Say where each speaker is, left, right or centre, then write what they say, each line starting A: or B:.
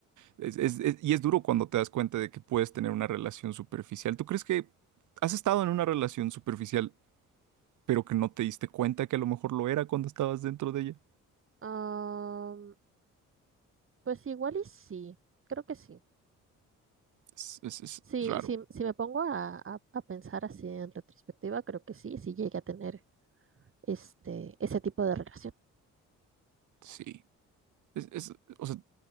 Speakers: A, on the right; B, on the right.
A: es, es- es- y es duro cuando te das cuenta de que puedes tener una relación superficial. ¿Tú crees que has estado en una relación superficial, pero que no te diste cuenta que a lo mejor lo era cuando estabas dentro de ella?
B: Am, pues igual y sí, creo que sí.
A: Es, es- es
B: Sí,
A: raro,
B: sí, si me pongo a, a- a pensar así en retrospectiva, creo que sí, sí llegué a tener este, ese tipo de relación.
A: sí. Es, es- o sea,